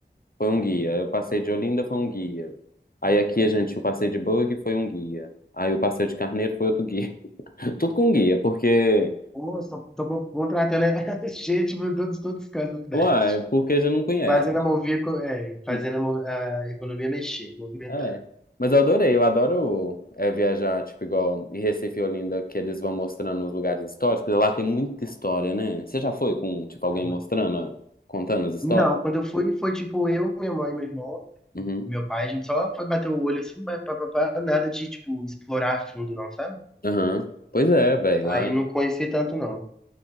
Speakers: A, on the left (about 55°); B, in the centre.
A: foi um guia, aí o passeio de Olinda foi um guia. Aí aqui a gente, o passeio de bug foi um guia. Aí o passeio de Carneiro foi outro guia. <laughs> Tudo com guia, porque
B: Pô, só tô contratando <laughs> gente por todos, todos os cantos da
A: Uai,
B: cidade.
A: porque já não conhece.
B: Fazendo a mover, co- é, fazendo
A: Hum,
B: a, mo- a economia mexer, movimentar.
A: É. Mas eu adorei, eu adoro é, viajar, tipo, igual em Recife e Olinda, que eles vão mostrando os lugares históricos. Lá tem muita história, né? Você já foi com, tipo, alguém
B: É muito.
A: mostrando, contando as histórias?
B: Não, quando eu fui, foi tipo eu, minha mãe, meu irmão,
A: Uhum.
B: meu pai, a gente só foi bater o olho assim, pá, pá, pá, pá, nada de, tipo, explorar a fundo, não, sabe?
A: Aham. Pois é, velho.
B: Aí
A: lá
B: eu não conheci tanto, não.